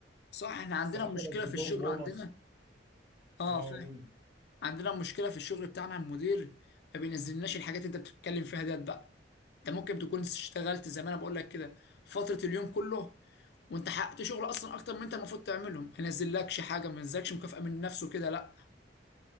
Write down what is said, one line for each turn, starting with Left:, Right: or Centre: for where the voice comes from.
Left: صح احنا عندنا
Right: ساعات
Left: مشكله
Right: انزل
Left: في الشغل
Right: لهم بونص
Left: عندنا اه
Right: اه
Left: فاهم
Right: قول
Left: عندنا مشكله في الشغل بتاعنا المدير ما بينزلناش الحاجات اللي انت بتتكلم فيها ديت بقى انت ممكن تكون اشتغلت زي ما انا بقول لك كده فتره اليوم كله وانت حققت شغل اصلا اكتر من انت المفروض تعمله ما ينزلكش حاجه ما ينزلكش مكافاه من نفسه كده لا